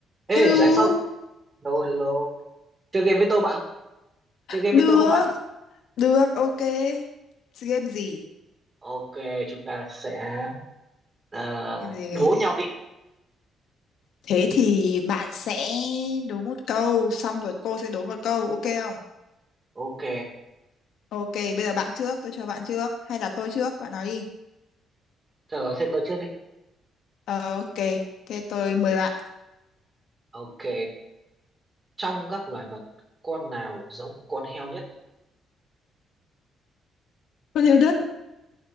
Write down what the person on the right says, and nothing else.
Ê,
rảnh không? Hello, hello. Chơi game với tôi bạn. Chơi game
với tôi không bạn?
Ok, chúng ta sẽ ờ,
đố
nhau đi.
Ok.
Thở thế tôi trước đi.
Ok. Trong các loài vật, con nào giống con heo nhất?